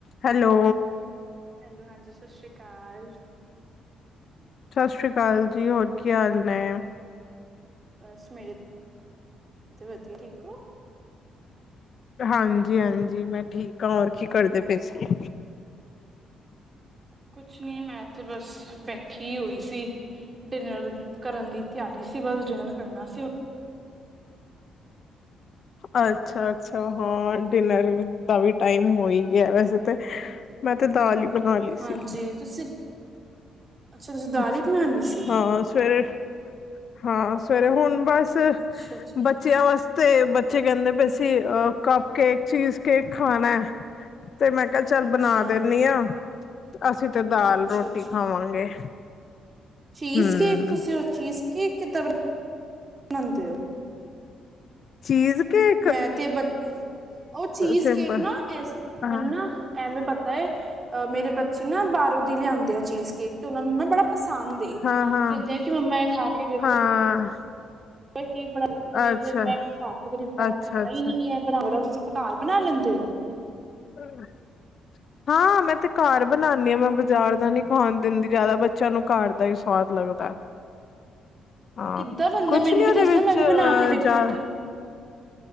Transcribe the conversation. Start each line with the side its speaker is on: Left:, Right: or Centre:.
Left: ਹੈਲੋ।
Right: ਹੈਲੋ, ਹਾਂਜੀ ਸਤਿ ਸ਼੍ਰੀ ਅਕਾਲ।
Left: ਸਤਿ ਸ਼੍ਰੀ, ਅਕਾਲ ਜੀ, ਹੋਰ ਕੀ ਹਾਲ ਨੇ।
Right: ਬਸ, ਮੈਂ ਤੇ ਵਧੀਆ ਠੀਕ ਹੋ?
Left: ਹਾਂਜੀ -ਹਾਂਜੀ, ਮੈਂ ਠੀਕ ਹਾਂ, ਹੋਰ ਕੀ ਕਰਦੇ ਪੇ ਸੀ?
Right: ਕੁਛ ਨੀ, ਮੈਂ ਤੇ ਬਸ ਬੈਠੀ ਹੋਈ ਸੀ, ਡਿਨਰ। ਕਰਨ ਦੀ ਤਿਆਰੀ ਸੀ, ਬਸ ਡਿਨਰ ਕਰਨਾ ਸੀ।
Left: ਅੱਛਾ -ਅੱਛਾ ਹਾਂ, ਡਿਨਰ ਦਾ ਵੀ ਟਾਈਮ ਹੋ ਹੀ ਗਿਆ ਵੈਸੇ ਤੇ ਮੈਂ, ਅਤੇ ਦਾਲ ਬਣਾ ਲਈ
Right: ਹਾਂਜੀ,
Left: ਸੀ
Right: ਤੁਸੀਂ। ਅੱਛਾ ਤੁਸੀਂ ਦਾਲ
Left: ਅੱਛਾ,
Right: ਹੀ ਬਣਾ ਲਈ ਸੀ
Left: ਹਾਂ ਸਵੇਰੇ ਹਾਂ, ਸਵੇਰੇ ਹੁਣ ਬਸ
Right: ਅੱਛਾ ਅੱਛਾ
Left: ਬੱਚਿਆਂ ਵਾਸਤੇ ਤੇ ਬੱਚੇ ਕਹਿੰਦੇ ਪਏ ਸੀ, ਕੱਪ ਕੇਕ ਚੀਜ ਕੇਕ, ਖਾਣਾ ਹੈ, ਤੇ ਮੈਂ ਕਿਹਾ ਚੱਲ,
Right: ਅੱਛਾ
Left: ਬਣਾ ਦਿੰਦੀ ਹਾਂ, ਅਸੀਂ ਤੇ ਦਾਲ
Right: ਅੱਛਾ
Left: ਰੋਟੀ
Right: ਅੱਛਾ
Left: ਖਾਵਾਂਗੇ
Right: ਚੀਜ਼
Left: ਹਮ
Right: ਕੇਕ, ਤੁਸੀਂ ਉਹ ਚੀਜ਼ ਕੇਕ ਕਿੱਦਾਂ ਬਣਾਉਂਦੇ ਹੋ?
Left: ਚੀਜ਼ ਕੇ
Right: ਮੈਂ, ਤੇ ਬ, ਉਹ ਚੀਜ਼
Left: ਸਿੰਪਲ
Right: ਕੇਕ ਨਾਲ ਨਾ, ਇਸ
Left: ਹਾਂ
Right: ਮੈਨੂੰ ਨਾ ਐਵੇਂ ਪਤਾ ਹੈ, ਅ ਮੇਰੇ ਬੱਚੇ ਨਾ, ਬਾਹਰੋਂ ਦੀ ਲਿਆਂਦੇ ਆ, ਚੀਜ਼ ਕੇਕ ਤੇ, ਉਹਨਾਂ ਨੂੰ ਨਾ ਬੜਾ ਪਸੰਦ
Left: ਹਾਂ ਹਾਂ
Right: ਕਹਿੰਦੇ ਆ, ਕਿ ਮੰਮਾ, ਇਹ ਖਾ ਕੇ ਵੇਖੋ
Left: ਹਾਂ
Right: ਕੇਕ ਬਣਾਕੇ, ਫਿਰ
Left: ਅੱਛਾ
Right: ਮੈਂ ਘਰ ਚ ਕਦੇ ਟਰਾਈ
Left: ਅੱਛਾ
Right: ਕੀਤਾ
Left: ਅੱਛਾ
Right: ਹੀ ਨਹੀਂ ਹੈ। ਬਣਾ ਲੋ, ਤੁਸੀਂ ਪਟਾਰ ਬਣਾ ਲੈਂਦੇ ਹੋ?
Left: ਹੂੰ। ਹਾਂ, ਮੈਂ ਤੇ ਘਰ ਬਣਾਉਦੀ ਹਾਂ, ਮੈਂ ਬਾਜ਼ਾਰ ਦਾ ਨੀ ਖਾਣ ਦਿੰਦੀ, ਜਿਆਦਾ ਬੱਚਿਆਂ ਨੂੰ ਘਰ ਦਾ ਹੀ ਸਵਾਦ ਲੱਗਦਾ ਹਾਂ,
Right: ਕਿੱਦਾਂ ਬਣਦਾ
Left: ਕੁਛ
Right: ਮੈਨੂੰ
Left: ਨੀ
Right: ਵੀ
Left: ਉਹਦੇ
Right: ਦੱਸਣਾ
Left: ਵਿੱਚ,
Right: ਮੈਂ ਵੀ
Left: ਅਹ
Right: ਬਣਾ ਕੇ ਵੇਖਾਂਗੀ
Left: ਜਾ